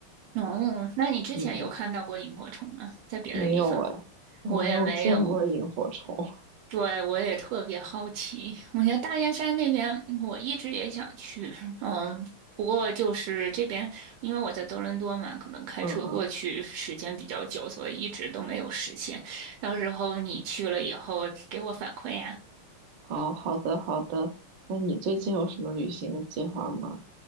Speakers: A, on the right; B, on the right.
A: 哦，那你之前有看到过萤火虫吗？
B: 嗯嗯，
A: 在别的地方？
B: 没有哎，我没有见过萤火虫。
A: 我也没有，
B: <laughs>
A: 对，我也特别好奇。我觉得大雁山那边，我一直也想去，嗯，不过就是这边，因为我在多伦多嘛，可能开车过去时间比较久，
B: 嗯嗯，
A: 所以一直都没有实现。到时候你去了以后给我反馈呀、
B: 好好的好的，那你最近有什么旅行的计划吗？